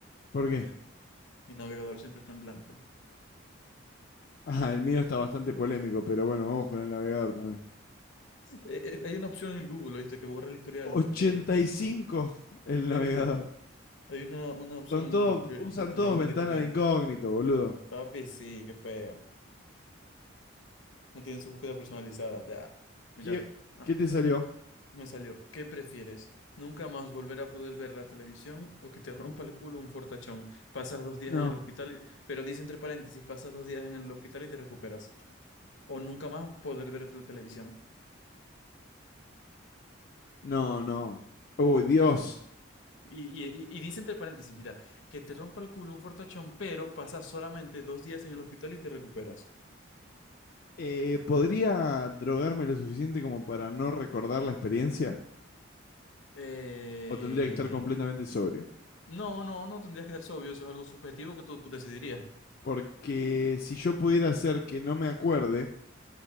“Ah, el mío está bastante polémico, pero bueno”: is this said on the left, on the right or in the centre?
Left